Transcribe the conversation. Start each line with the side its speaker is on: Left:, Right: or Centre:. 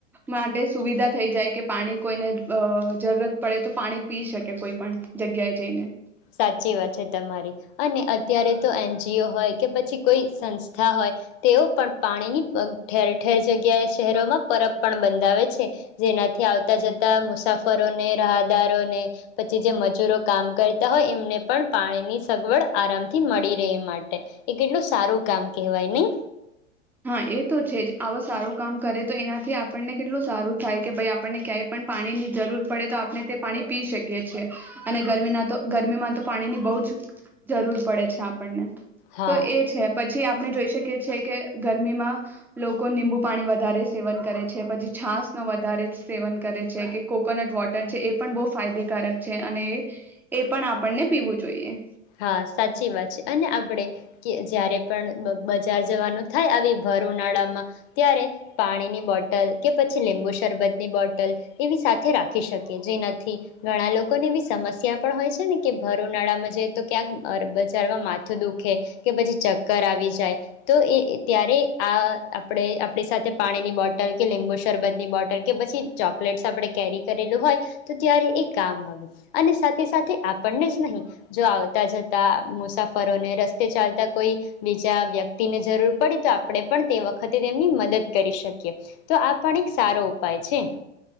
Centre: માટે સુવિધા થઈ જાય કે પાણી કોઈને અ-જરૂરત પડે તો પાણી પી શકે કોઈ પણ જગ્યાએ જઈને
Left: સાચી વાત છે તમારી અને અત્યારે તો એન જી ઓ હોય કે પછી કોઈ સંસ્થા હોય તેઓ પણ પાણીની ઠેર ઠેર જગ્યાએ શહેરોમાં પરબ પણ બંધાવે છે. જેનાથી આવતા જતા મુસાફરોને રાહત દારોને જ પછી જે મજૂરો કામ કર તા હોય એમને પણ પાણીની સગવડ આરામથી મળી રહે એ માટે. એ કેટલું સારું કામ કેહેવાય નહી?
Centre: હા એ તો છે જ આવો સારું કામ કરે તો એનાથી આપણને કેટલું સારું થાય કે ભાઈ આપણને ક્યાંય પણ પાણીની જરૂર પડે તો આપણે તે પાણી પી શકીએ છીએ અને ગરમીના તો ગરમીમાં તો પાણીની બહુ જ જરૂર પડે છે આપણને.
Left: હા
Centre: તો એ છે પછી આપણે જોઈ શકીએ છીએ કે ગરમીમાં લોકો લીંબુ પાણી વધારે સેવન કરે છે, પછી છાસ ન વધારે સેવન કરે છે કે કોકોનટ વોટર છે એ પણ બહુ ફાયદેકારક છે અને એ પણ આપણને પીવું જોઈએ.
Left: હા સાચી વાત છે અને આપણે જ્યારે પણ બ-બજાર જવાનું થાય આવી ભર ઉનાળામાં ત્યારે પાણીની બોટલ કે પછી લીંબુ શરબતની બોટલ એવી સાથે રાખી શકીએ, જેનાથી ઘણા લોકોને એવી સમસ્યા પણ હોય છે ને કે ભર ઉનાળામાં જઈએ તો ક્યાંક બજારમાં માથું દુખે કે પછી ચક્કર આવી જાય તો એ ત્યારે આ આપણે આપણી સાથે પાણીની બોટલ કે લીંબુ શરબત ની બોટલ કે પછી ચોકલેટ્સ આપણે કેરી કરેલું હોય તો ત્યારે એ કામ આવે અને સાથે સાથે આપણને જ નહીં જો આવત જતા જતા મુસાફરોને રસ્તે ચાલતા કોઈ બીજા વ્યક્તિને જરૂર પડી તો આપણે પણ તે વખતે તેમની મદદ કરી શકીએ, તો આ પણ એક સારો ઉપાય છે.